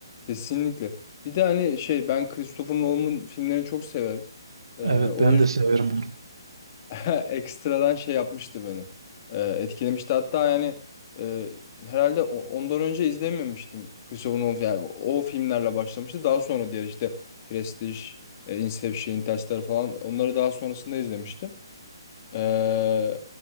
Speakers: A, on the left; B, on the right.
A: kesinlikle. Bir de hani şey ben Christopher Nolan'ın filmlerini çok severim. Ee,
B: Evet
A: o
B: ben
A: yüzden
B: de severim onu.
A: <laughs> ekstradan şey yapmıştı beni. Ee, etkilemişti. Hatta yani e, herhalde o- ondan önce izlememiştim. Christopher Nolan yani o filmlerle başlamıştı. Daha sonra diğer işte Prestige, e, Inception, Interstellar falan onları daha sonrasında izlemiştim. Ee,